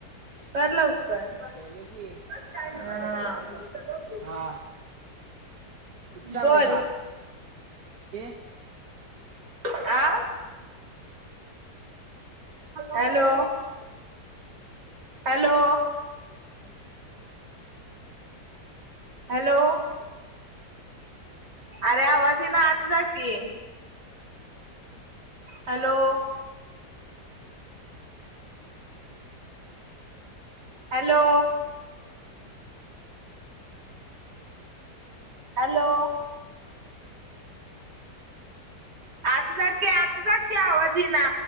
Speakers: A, on the right; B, on the right.
A: कर लवकर.
B: केलो की.
A: <unintelligible>
B: हा. कुठं चालायसा?
A: बोल
B: <unintelligible>
A: आं. Hello, hello. हॅलो. अरे, आवाज येईना आत जा की. हॅलो. हॅलो. हॅलो. आत जा की, आत जा की, आवाज येईना.